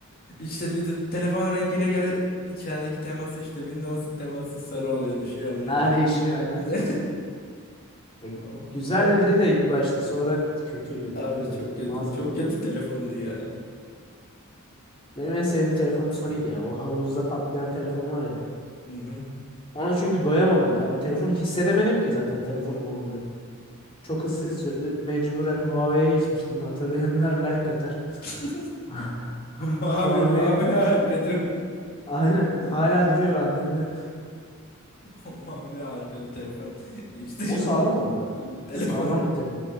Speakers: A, on the left; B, on the left.
A: İşte bir de telefonun rengine göre içerideki teması işte Windows'un teması sarı oluyordu şey oluyordu.
B: Ha değişiyor aynen.
A: <laughs> Evet
B: Ya,
A: ama
B: Güzeldi
A: ama
B: de ilk başta sonra kötüydü
A: Abi
B: tabii.
A: çok kötü
B: Mağaza
A: çok
B: falan.
A: kötü telefondu ya.
B: Benim en sevdiğim telefonum Sony'ydi ya. O havuzda patlayan telefon var ya.
A: Hı hı.
B: Ona çünkü doyamadım ya. O telefonu hissedemedim ki zaten telefonum olduğunu. Çok hızlı sürdü. Mecburen Huawei'ye geçmiştim. Hatırlayanlar like atar.
A: <laughs>
B: <laughs>
A: Mavi
B: Huawei.
A: mavi arkada.
B: Aynen.
A: <laughs>
B: Hala duruyor annemde.
A: O mavi arkalı telefon. İşte
B: O
A: yok.
B: sağlam ama.
A: Bu bu telefon
B: Sağlam bir terim.